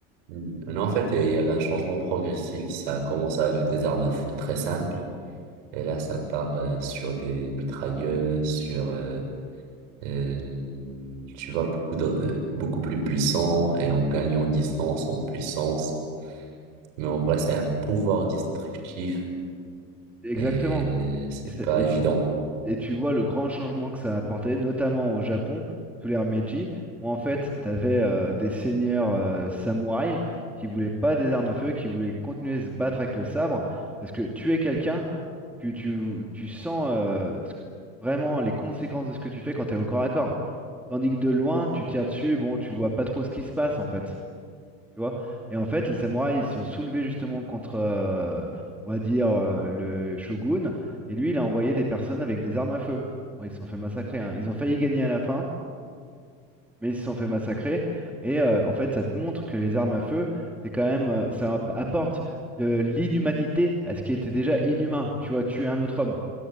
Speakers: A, on the right (about 85°); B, in the centre.
A: Hmm. Non, en fait, il y avait un changement progressif. Ça a commencé avec des armes à feu très simples. Et là, ça part euh, sur des mitrailleuses, sur euh, Euh, il- tu vas beaucoup, de- euh, beaucoup plus puissant et on gagne en distance, en puissance. Mais en vrai, c'est un pouvoir destructif
B: Exactement.
A: et
B: Et,
A: c'est
B: et ça-
A: pas
B: et
A: évident.
B: et tu vois le grand changement que ça a apporté, notamment au Japon, sous l'ère Meiji, où en fait, tu avais des seigneurs euh, samouraïs qui voulaient pas des armes à feu, qui voulaient continuer de se battre avec le sabre, parce que tuer quelqu'un, tu, tu, tu sens euh, ce que- vraiment les conséquences de ce que tu fais quand tu es au corps à corps. Tandis que de loin, tu tires dessus, bon, tu vois pas trop ce qui se passe en fait tu vois. Et en fait, les samouraïs, ils se sont soulevés justement contre, euh, on va dire, euh, le shogun. Et lui, il a envoyé des personnes avec des armes à feu. Bon, ils se sont fait massacrer, hein. Ils ont failli gagner à la fin, mais ils se sont fait massacrer. Et euh, en fait, ça te montre que les armes à feu, c'est quand même, euh, ça app- apporte de l'inhumanité à ce qui était déjà inhumain. Tu vois, tuer un autre homme.